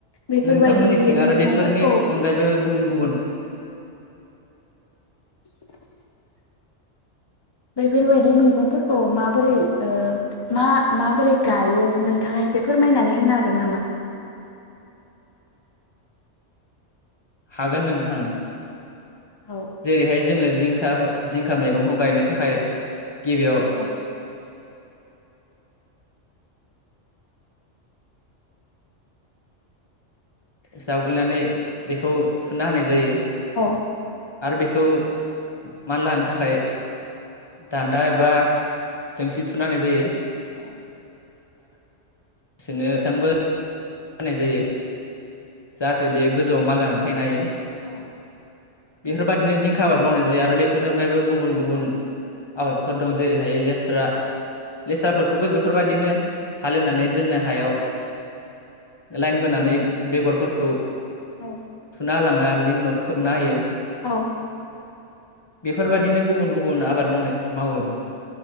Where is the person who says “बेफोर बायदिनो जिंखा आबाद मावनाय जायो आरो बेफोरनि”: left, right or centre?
Left